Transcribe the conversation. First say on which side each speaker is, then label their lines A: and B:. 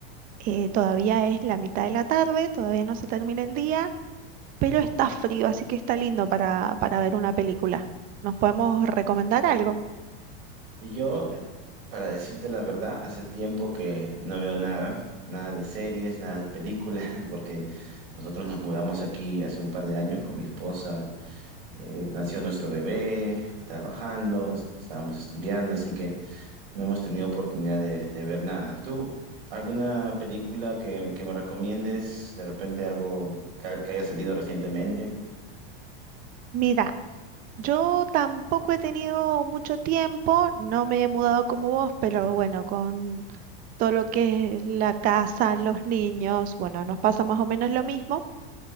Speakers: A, on the right; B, on the right.
A: eh, todavía es la mitad de la tarde, todavía no se termina el día, pero está frío, así que está lindo para, para ver una película. ¿Nos podemos recomendar algo?
B: Y Yo, de- para decirte la verdad, hace tiempo que no veo nada, nada de series, nada de películas, <laughs> porque nosotros nos mudamos aquí hace un par de años con mi esposa, eh, nació nuestro bebé, trabajando, est- estábamos estudiando, así que... No hemos tenido oportunidad de, de ver nada. ¿Tú, alguna película que, que me recomiendes? De repente algo que, que haya salido recientemente.
A: Mira, yo tampoco he tenido mucho tiempo, no me he mudado como vos, pero bueno, con todo lo que es la casa, los niños, bueno, nos pasa más o menos lo mismo.